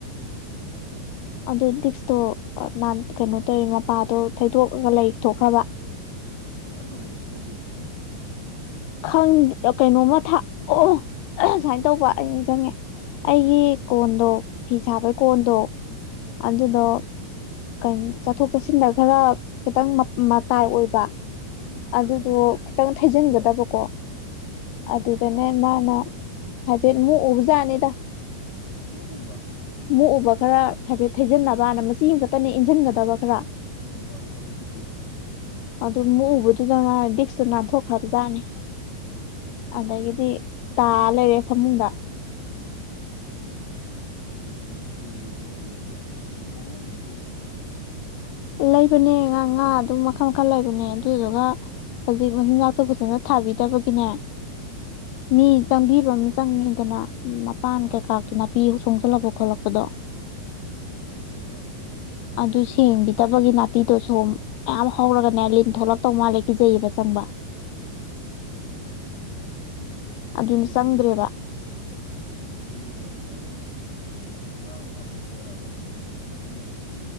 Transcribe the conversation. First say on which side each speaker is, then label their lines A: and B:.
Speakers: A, on the left (about 25°); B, on the left (about 80°).
A: ꯑꯣ
B: ꯑꯗꯨ ꯗꯤꯛꯁꯇꯣ ꯑ ꯅꯥꯟ ꯀꯩꯅꯣ ꯇꯧꯋꯦ ꯃꯄꯥꯗꯣ ꯊꯩꯗꯣꯛꯑꯒ ꯂꯩꯊꯣꯛꯈ꯭ꯔꯕ
A: ꯀꯃꯥꯏ ꯇꯧꯗꯅ ꯐꯩꯗꯣꯛꯈ꯭ꯔꯤꯕ ꯑꯗꯨꯅ
B: ꯈꯪꯗ ꯑ ꯀꯩꯅꯣ ꯅꯣꯡꯃ ꯊꯥꯛ ꯑꯣ ꯁꯥꯏ ꯇꯧꯕ ꯑꯩꯩ ꯅꯤꯡꯆꯪꯉꯦ ꯑꯩꯒꯤ ꯀꯣꯟꯗꯣ ꯐꯤ ꯁꯥꯕꯩ
A: ꯑꯥ
B: ꯀꯣꯟꯗꯣ
A: ꯑꯥ
B: ꯑꯗꯨꯗꯣ ꯀꯩꯟ ꯆꯠꯊꯣꯛ ꯆꯠꯁꯤꯟꯗ ꯈꯔ ꯈꯤꯇꯪ ꯃ ꯃꯇꯥꯏ ꯑꯣꯏꯕ
A: ꯎꯝ
B: ꯑꯗꯨꯗꯣ ꯈꯤꯇꯪ ꯊꯩꯖꯤꯟꯒꯗꯞ ꯀꯣ
A: ꯎꯝ
B: ꯑꯗꯨꯗꯅꯦ ꯃꯥꯅ ꯍꯥꯏ ꯐꯦꯠ ꯃꯨꯛꯎꯕꯖꯥꯅꯤꯗ
A: ꯅꯣꯛꯎꯕ
B: ꯃꯨꯛꯎꯕ ꯈꯔ ꯍꯥꯏꯐꯦꯠ ꯊꯩꯖꯟꯅꯕꯅ ꯃꯆꯤ ꯑꯝ ꯈꯛꯇꯅꯦ ꯏꯟꯁꯤꯟꯒꯗꯕ ꯈꯔ
A: ꯅꯣꯏ ꯕꯥꯁꯨ ꯊꯕꯛꯗ ꯐꯤꯗꯅ
B: ꯑꯗꯨ ꯃꯨꯛꯎꯕꯗꯨꯗ ꯃꯥ ꯗꯤꯛꯁꯇꯨ ꯅꯥꯟꯊꯣꯛꯈ꯭ꯔꯕꯖꯥꯠꯅꯦ ꯑꯗꯒꯤꯗꯤ
A: ꯑꯃꯨꯛꯄꯗ
B: ꯇꯥ ꯂꯩꯔꯦ ꯐꯃꯨꯡꯗ
A: ꯑꯗꯨ ꯑꯩ ꯅꯣꯏ ꯅꯣꯏ ꯄꯣꯔꯣꯝꯒꯨꯝꯕ ꯂꯩꯇ꯭ꯔꯣ
B: ꯂꯩꯕꯅꯦ ꯉꯥ ꯉꯥ ꯑꯗꯨꯝ ꯃꯈꯜ ꯃꯈꯜ ꯂꯩꯕꯅꯦ ꯑꯗꯨꯗꯨꯒ ꯍꯧꯖꯤꯛ ꯃꯆꯤꯟꯖꯥꯛꯇꯣ ꯐꯖꯅ ꯊꯥꯕꯤꯗꯕꯒꯤꯅꯦ
A: ꯑꯥ
B: ꯃꯤꯖ ꯆꯪꯕꯤꯕ ꯑꯃ ꯆꯪꯉꯤꯗꯅ ꯃꯄꯥꯟ ꯀꯩꯀꯥ ꯅꯥꯄꯤ ꯁꯣꯡꯖꯜꯂꯛꯄ ꯈꯣꯠꯂꯛꯄꯗꯣ
A: ꯅꯪ ꯁꯦꯡꯎ ꯌꯥꯗ꯭ꯔꯣ
B: ꯑꯗꯨ ꯁꯦꯡꯗꯦ ꯗꯕꯒꯤ ꯅꯥꯄꯤꯗꯨ ꯁꯨꯝ ꯃꯌꯥꯝ ꯍꯧꯔꯒꯅꯦ ꯂꯤꯟ ꯊꯣꯛꯂꯛꯇꯧ ꯃꯥꯜꯂꯤ ꯀꯤꯖꯩꯕ ꯆꯪꯕ
A: ꯑꯣ
B: ꯑꯗꯨꯅ
A: ꯑꯗꯨꯗꯤ
B: ꯆꯪꯗ꯭ꯔꯦꯕ
A: ꯑꯗꯨꯗꯤ ꯍꯥꯏꯐꯦꯠꯇꯪ ꯍꯤꯗꯥꯛ ꯑꯃ ꯀꯥꯞꯊꯣꯛꯇ ꯌꯥꯔꯣꯏ ꯖꯪꯒꯟ ꯀꯇꯤꯡꯒꯨꯝ